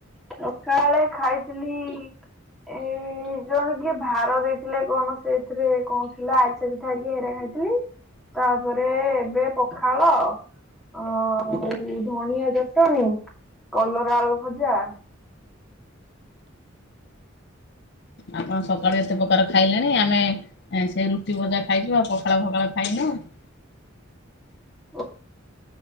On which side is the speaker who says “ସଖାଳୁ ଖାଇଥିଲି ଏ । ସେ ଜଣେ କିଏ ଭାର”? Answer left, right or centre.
Centre